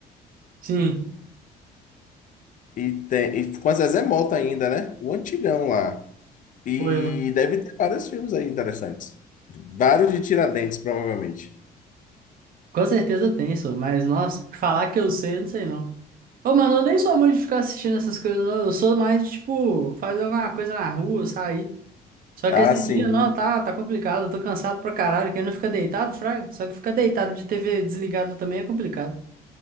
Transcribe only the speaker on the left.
E, tem, e com a Zezé Mota ainda, né? O antigão lá. E
deve ter vários filmes aí interessantes. Vários de Tiradentes, provavelmente.
Ah,
sim.